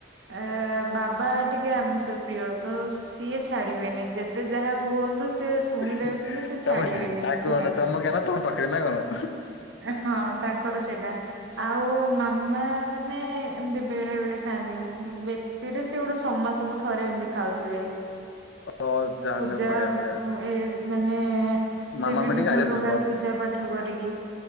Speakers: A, on the right; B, on the left.
A: ଏ ବାବା ଟିକେ ଆମିଷ ପ୍ରିୟ। ତ ସିଏ ଛାଡିବେନି ଯେତେ ଯାହା କୁହନ୍ତୁ ସେ ଶୁଣିଦେବେ
B: <unintelligible>
A: ସିନା ସେ ଛାଡିବେନି
B: ତାଙ୍କ
A: ହେଲା
B: ମାନକୁ ତମ ଜ୍ଞାନ ତମ ପାଖରେ ନା କଣ।
A: ହଁ ତାଙ୍କର ସେଟା। ଆଉ ମାମା ମାନେ ଏମିତି ବେଳେ ବେଳେ ଖାଆନ୍ତି ବେଶୀ ସିରେ ସିଏ ଗୋଟେ ଛଅ ମାସକୁ ଥରେ ଏମିତି ଖାଉଥିବେ।
B: ତ ଯାହାହେଲେ
A: ପୂଜା
B: ବଢିଆ ବଢିଆ
A: ଏ ମାନେ ସେ
B: ମାମାମି
A: ବିଭିନ୍ନ
B: ଟିକେ ଆଧ୍ୟାତ୍ମିକ।
A: ପ୍ରକାର ପୂଜା ପାଠ କରିକି